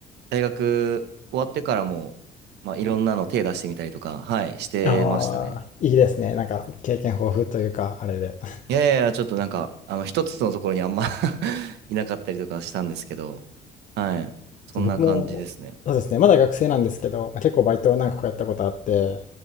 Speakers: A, on the right; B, on the left.
A: 大学終わってからも、まあ、いろんなの手出してみたりとか、はい、してましたね。
B: ああ、いいですね。なんか経験豊富というか、あれで。<laughs>
A: いやいやいや、ちょっとなんか、あの、一つのところにあんま <laughs> いなかったりとかしたんですけど、はい、そんな感じですね。
B: そう僕も、そうですね。まだ学生なんですけど、まあ結構バイトを何個かやったことあって、じゃ